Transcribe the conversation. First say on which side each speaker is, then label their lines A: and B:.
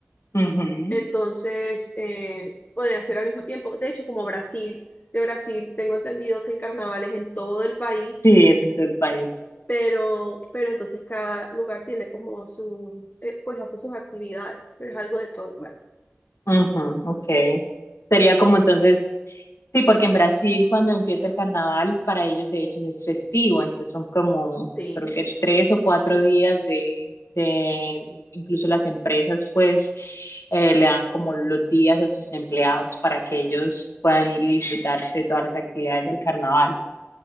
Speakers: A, on the left; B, on the left.
A: Ujú.
B: entonces eh, podrían ser al mismo tiempo. De hecho, como Brasil, de Brasil tengo entendido que el carnaval es en todo el país,
A: Sí, es en todo el país.
B: pero, pero entonces cada lugar tiene como su, eh, pues hace sus actividades, pero es algo de todo el país.
A: Ujú, ok. Sería como entonces, sí, porque en Brasil cuando empieza el carnaval, para ellos de hecho es festivo, entonces son como,
B: Sí.
A: creo que tres o cuatro días de, de incluso las empresas pues eh, le dan como los días a sus empleados para que ellos puedan ir y disfrutar de todas las actividades del carnaval.